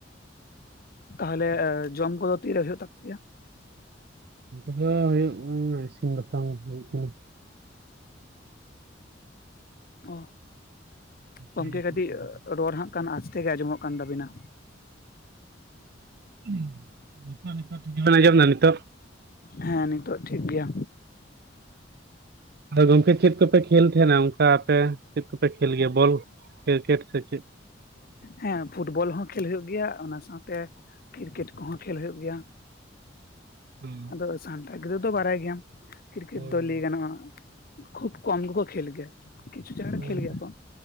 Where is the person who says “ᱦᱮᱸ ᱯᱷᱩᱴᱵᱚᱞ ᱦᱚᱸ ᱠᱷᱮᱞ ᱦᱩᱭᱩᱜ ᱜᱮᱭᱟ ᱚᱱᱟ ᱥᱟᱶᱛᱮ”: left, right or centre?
Left